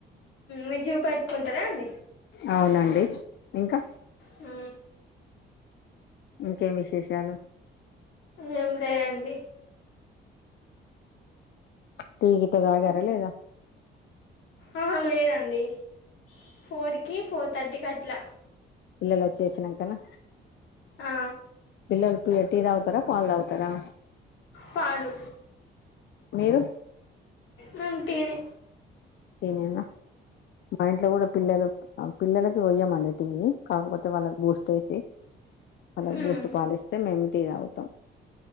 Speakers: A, on the left (about 85°); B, on the left (about 65°).
A: మీరు చూపెట్టుకుంటారా అండి
B: అవునండి ఇంకా
A: హు
B: ఇంకేం విశేషాలు
A: ఏం లేదండి
B: టి గిట తాగరా లేద
A: ఆహా లేదండి ఫోర్ కి ఫోర్ తర్టీ కట్లా
B: పిల్లలు వచ్చేసినంకనా
A: ఆ
B: పిల్లలు టీ తాగుతారా పాలు తాగుతారా
A: పాలు
B: మీరు
A: మెం టివి
B: ఏనేనా మా ఇంట్లో కూడా పిల్లలు పిల్లలకి పోయ్యమండి టీ కాకపోతే వాళ్ళకు బూస్ట్ ఏసి వాళ్ళకు
A: ఉమ్
B: బూస్ట్ పాలిస్తే మేము టీ తాగుతాం